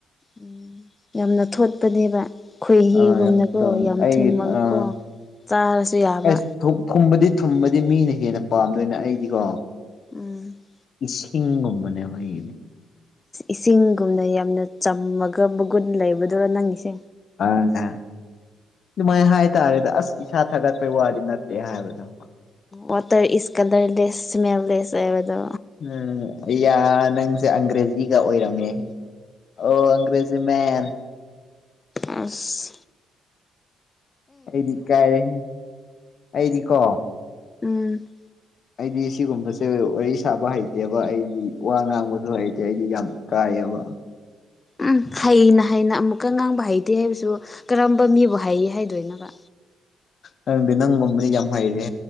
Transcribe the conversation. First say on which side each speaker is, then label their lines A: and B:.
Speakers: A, on the left; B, on the left.
A: ꯎꯝ <inaudible> ꯌꯥꯝꯅ ꯊꯣꯠꯄꯅꯦꯕ ꯈꯣꯏꯍꯤꯒꯨꯝꯅꯀꯣ
B: ꯑ ꯌꯥꯝ
A: ꯌꯥꯝ
B: ꯑꯩꯒꯤ
A: ꯊꯨꯝꯕꯅꯤꯀꯣ
B: ꯑ
A: ꯆꯥꯔꯁꯨ ꯌꯥꯕ
B: ꯑꯩꯁ ꯊꯨꯝꯕꯗꯤ ꯊꯨꯝꯕꯗꯤ ꯃꯤꯅ ꯍꯦꯟꯅ ꯄꯥꯝꯗꯣꯏꯅ ꯑꯩꯗꯤꯀꯣ
A: ꯎꯝ <inaudible>
B: ꯏꯁꯤꯡꯒꯨꯝꯕꯅꯦꯕ ꯑꯩꯗꯤ
A: ꯏꯁꯤꯡꯒꯨꯝꯅ ꯌꯥꯝꯅ ꯆꯝꯃꯒ ꯃꯒꯨꯟ ꯂꯩꯕꯗꯨꯔꯥ ꯅꯪ ꯏꯁꯦ
B: ꯑ ꯑꯗꯨꯃꯥꯏꯅ ꯍꯥꯏꯇꯥꯔꯦꯗ ꯑꯁ ꯏꯁꯥ ꯊꯥꯒꯠꯄꯩ ꯋꯥꯗꯤ ꯅꯠꯇꯦ ꯍꯥꯏꯕꯗꯣ
A: ꯋꯥꯇꯔ ꯏꯁꯀꯂꯔ ꯂꯦꯁ ꯏꯁꯃꯦꯜ ꯂꯦꯁ ꯍꯥꯏꯕꯗꯣ
B: ꯎꯝ ꯌꯥ ꯅꯪꯁꯦ ꯑꯪꯒ꯭ꯔꯦꯖꯤꯒ ꯑꯣꯏꯔꯝꯃꯦ ꯑꯣ ꯑꯪ꯭ꯔꯦꯖꯤ ꯃꯟ
A: ꯑꯥꯁ
B: ꯑꯩꯗꯤ ꯀꯔꯦ ꯑꯩꯗꯤꯀꯣ
A: ꯎꯝ
B: ꯑꯩꯗꯤ ꯁꯤꯒꯨꯝꯕꯁꯦ ꯋꯥꯔꯤ ꯁꯥꯕ ꯍꯩꯇꯦꯕ ꯑꯩꯗꯤ ꯋꯥ ꯉꯥꯡꯕꯁꯨ ꯍꯩꯇꯦ ꯑꯩꯗꯤ ꯌꯥꯝ ꯀꯥꯏꯌꯦꯕ
A: ꯎꯝ ꯍꯩꯅ ꯍꯩꯅ ꯑꯃꯨꯛꯀ ꯉꯥꯡꯕ ꯍꯩꯇꯦ ꯍꯥꯏꯕꯁꯨ ꯀꯔꯝꯕ ꯃꯤꯕꯨ ꯍꯩ ꯍꯥꯏꯗꯣꯏꯕ
B: ꯅꯪꯗꯤ ꯅꯪ ꯃꯅꯤ ꯌꯥꯝ ꯍꯥꯏꯔꯦ